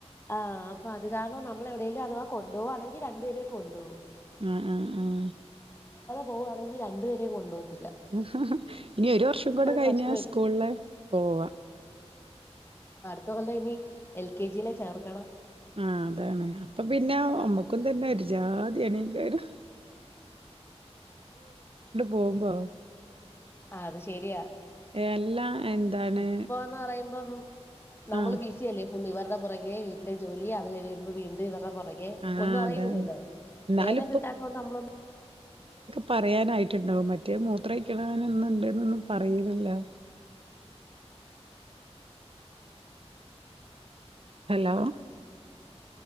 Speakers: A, on the left; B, on the right.
A: ആഹ് അപ്പൊ അത് കാരണം നമ്മൾ എവിടേലും അഥവാ കൊണ്ടുവാണെങ്കി രണ്ടുപേരേം കൊണ്ട്പോകും
B: ആഹ് ആഹ് ആഹ്
A: പോവു ആണങ്കി രണ്ടുപേരേം കൊണ്ടോവും തിര്
B: ഹുംഹുംഹും ഇനി ഒര് വർഷം കൂടെ കഴിഞ്ഞാ
A: പ്രശ്നമില്ല.
B: സ്കൂളില് പോവാ
A: ഇതുകൊണ്ട് ഇനി എൽ കെ ജി ലെ ചേർക്കണം.
B: ആ അതാണ് അപ്പൊ പിന്നെ അമ്മക്കും തന്നെ ഒരു ജാതിയേണേക്കാരം പോവുമ്പോ
A: ആ അത് ശെരിയാ
B: എല്ലാ എന്താണ്
A: ഇപ്പോന്ന് പറയുമ്പം നമ്മള്
B: ആഹ്
A: ബിസി അല്ലേ ഫുള്ളിവര്ടെ പുറകെ വീട്ടിലെ ജോലി അത് കഴിയുമ്പം വീണ്ടും ഇവർ ള പൊറകെ
B: ആഹ്
A: ഒന്നും അറിയുന്നില്ലല്ലോ
B: അതാണ് എന്നാലും
A: നേരം കിട്ടാത്തോണ്ട് അമ്മളൊന്ന്
B: പറയാനായിട്ട്ണ്ടാവും മറ്റേ മൂത്ര ഒഴിക്കണാനൊന്ന്ണ്ട്ന്നൊന്നും പറയിലല്ലാേ hello